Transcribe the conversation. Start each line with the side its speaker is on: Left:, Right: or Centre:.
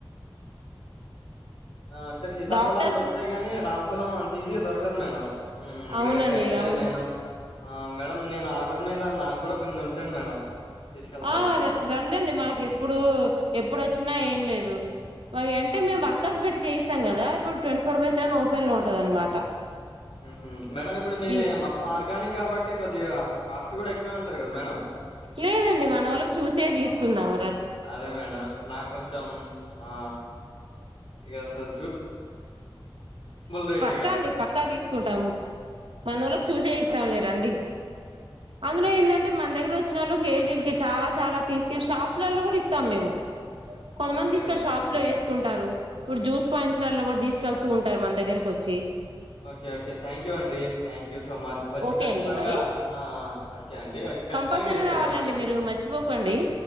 Left: అంటే సీతా
Right: డాక్టర్స్
Left: ఫలాలు దొరుకుతాయి కాని రామ్ ఫలం అంత ఈజీగా దొరకదు మేడం మ్మ్ గ్రేట్
Right: అవునండి
Left: అయితే
Right: అవును
Left: నేను ఆ మేడం నేను ఆర్డర్ మీద నాకు కూడా కొన్ని ఉంచండి మేడం తీసుకెళ్తా
Right: ఆ
Left: ఈసారి
Right: రంండి మాకు ఎప్పుడు ఎప్పుడుొచ్చినా ఏం లేదు మాకు అంటే
Left: ఆహా
Right: మేము వర్కాస్ పెట్టి చేస్త ం కదా ఇడు twenty four by seven open లో ఉంటద అనమాట
Left: హ్మ్ మేడం ఇప్పుడు మీది
Right: ఈ
Left: మొత్తం ఆర్గానిక్ కాబట్టి కొద్దిగా కాస్ట్ కూడా ఎక్కువే ఉంటు కదా మేడం
Right: లేదండి మన వాళ్ళకి చూసే తీసుకుందాం
Left: అదే మేడం నాక్ కొంచెం ఆ యాస్ర్ రేట్
Right: పక్కా
Left: ఇగ
Right: అండి పక్కా తీసుకుంటాం మన వోళ్ళకి చూసే ఇస్తాం లే రండి అందులో ఏంటంటే మన దగ్గర వచ్చి లు కేజీలకి చాలా చాలా తీసుక షాప్స్లలో కూడా ఇస్తాం మేము కొంతమంది
Left: ఓకే
Right: తీసుకళ్ని
Left: ఓకే
Right: షాప్స్ లో వేసుకుంట తారు ఇప్పుడు జూస్ పాయింట్స్లలో కూడా తీసుకెళ్తూ ఉంటారు మన దగ్గరకు వచ్చి
Left: ఓకే ఓకే థ్యాంక్ యూ అండి థ్యాంక్ యూ సో మచ్ వచ్చి
Right: ఓకే
Left: ఖచ్చితంగా
Right: అండి మరి
Left: ఆ ఆ ఓకే అండి వచ్చి ఖచ్చితంగా
Right: కంపల్సరీ
Left: తీసుకెళ్తాను
Right: రావాలండి మీరు మర్చిపోకండి